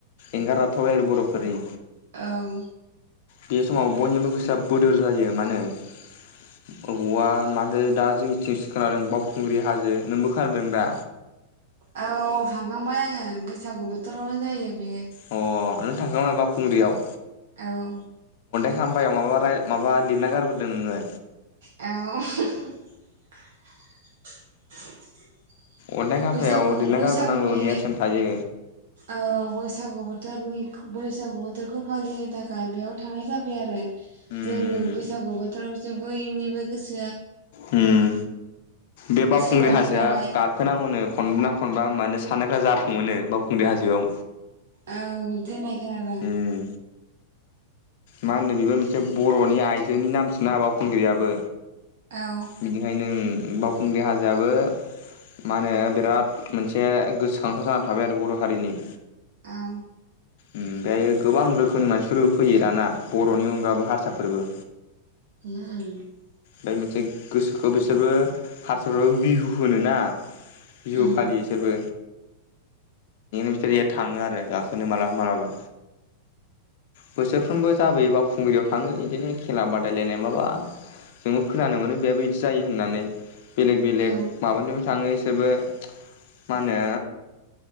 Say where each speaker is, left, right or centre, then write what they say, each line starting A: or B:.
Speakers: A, on the left; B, on the right.
A: एंगारजाथावै आरो बर'फोरनि
B: औ
A: बे समाव बयनिबो गोसोआ बोदोर जायो मानो बबावबा मादो दा जोंनिथिंसो खोनादों बावखुंग्रि हाजो नोंबो खोनादों दा?
B: औ थांखांबाय आङो बैसागु बोथोरावनो जायो। बेयो
A: अ आरो। थांखांबाय बाउखुंग्रियाव।
B: औ।
A: खामबायाव माबा माबा लिरना गारबोदों नोङो।
B: औ। <inaudible>
A: अन्थाइ खाम्फायाव
B: बैसागु
A: लिरना
B: बैसागुनि
A: गारबोनांगौ नेरसोन थायो
B: औ बैसागु बोथोर बोनि बैसागु बोथोरखौ फालिनो थाखाय बेयाव थांनाय जाबाय आरो।
A: उम
B: जोंनि बैसागु बोथोर <inaudible> बैनिबो गोसो
A: उम। बे बावखुंग्रि
B: सोलायो
A: हाजोआ
B: नालाय
A: गाखोनांगौनो खनब्रै ना खनबा मानो। साननायफ्रा जाफुं मोनो बावखुंग्रि हाजोआव
B: औ बिदि होनाय खोनादों
A: उम मा होनो बेबो मोनसे बर'नि आइजोनि नाम सोना बावखुंग्रियाबो
B: औ
A: बिनिखायनो उम। बावखुंग्रि हाजोआबो मा होनो बिराद मोनसे गोसोखांथाव जानानै थाबाय आरो बर' हारिनि
B: औ।
A: उम बेहायो गोबां रोखोमनि मानसिफोरबो फैयो दाना बर'नि अनगाबो हारसा फोरबो
B: <inaudible>
A: बे मोनसे गोसोखौ बिसोरबो हारसा'फ्राबो बिहु होनोना। बिहु
B: उम
A: फालियो बिसोरबो बिसोर थाङो आरो गाखोनो मालाबा मालाबा बोसोर सानफ्रोमबो जाबोयो बावखुंग्रियाव थाङो बिदिनो खेला बादायलायनाय माबा जोंबो खोनानो मोनो बेहायबो बिदि जायो होननानै बेलेग बेलेग
B: औ
A: माबानिबो थाङो इसोरबो मा होनो